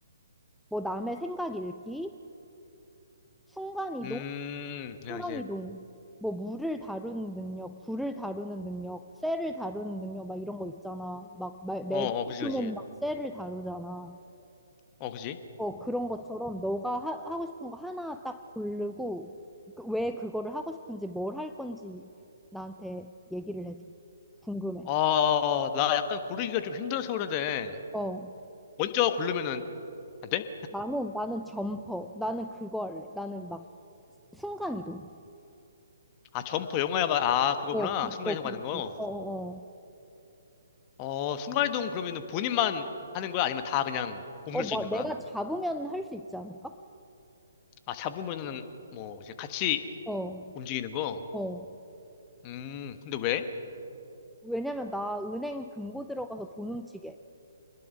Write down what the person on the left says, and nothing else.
음, 그냥
이제,
어, 어, 그지, 그지.
어, 그지.
아, 나 약간 고르기가 좀 힘들어서 그러는데.
먼저 고르면은, 안 돼?
아, 점퍼 영화야만, 아, 그거구나.
순간이동
가는 거.
어, 순간이동 그러면은 본인만 하는 거야? 아니면 다 그냥 옮길
수 있는
거야?
아, 잡으면은, 뭐, 이제 같이
움직이는 거.
음, 근데 왜?